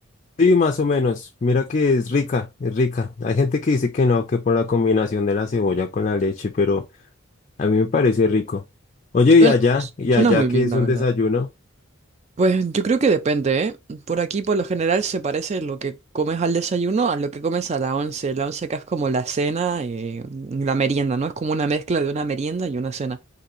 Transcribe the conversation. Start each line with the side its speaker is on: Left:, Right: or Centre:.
Left: Sí, más o menos. Mira que es rica, es rica. Hay gente que dice que no, que por la combinación de la cebolla con la leche, pero a mí me parece rico. Oye,
Right: Suena,
Left: y allá, y
Right: suena
Left: allá
Right: muy bien,
Left: que es
Right: la
Left: un
Right: verdad.
Left: desayuno,
Right: Pues yo creo que depende, ¿eh? Por aquí, por lo general, se parece lo que comes al desayuno a lo que comes a la once. La once acá es como la cena y la merienda, ¿no? Es como una mezcla de una merienda y una cena.